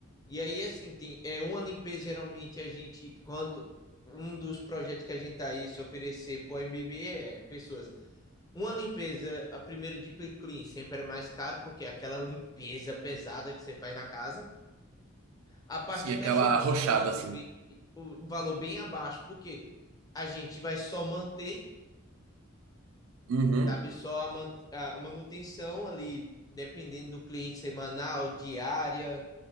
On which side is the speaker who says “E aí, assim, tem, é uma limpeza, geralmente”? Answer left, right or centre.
Left